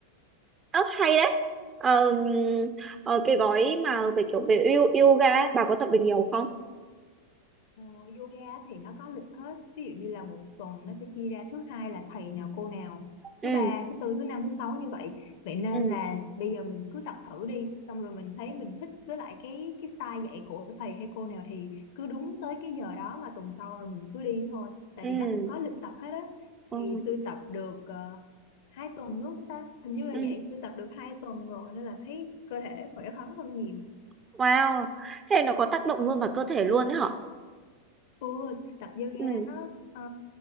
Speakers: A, on the right; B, on the left.
A: ớ, hay đấy. Ờ, ờ, cái gói mà về kiểu về yo- yoga ấy, bà có tập được nhiều không?
B: Ờ, yoga thì nó có lịch hết ví dụ như là một tuần nó sẽ chia ra thứ hai là thầy nào cô nào thứ
A: Ừ,
B: ba thứ tư thứ năm thứ sáu như vậy vậy nên
A: ừ,
B: là bây giờ mình cứ tập thử đi xong rồi mình thấy mình thích với lại cái cái style dạy của thầy hay cô nào thì cứ đúng tới cái giờ đó mà tuần sau rồi mình cứ đi thôi tại
A: ừ,
B: vì nó cũng có lịch tập hết á
A: ừ,
B: thì tôi tập được uh, hai tuần đúng không ta hình như là
A: ừ,
B: vậy tôi tập được hai tuần rồi nên là thấy cơ thể khỏe khoắn hơn nhiều
A: wow, thế nó có tác động luôn vào cơ thể luôn đấy hả?
B: Ừ, tập yoga
A: Ừ,
B: nó ờ,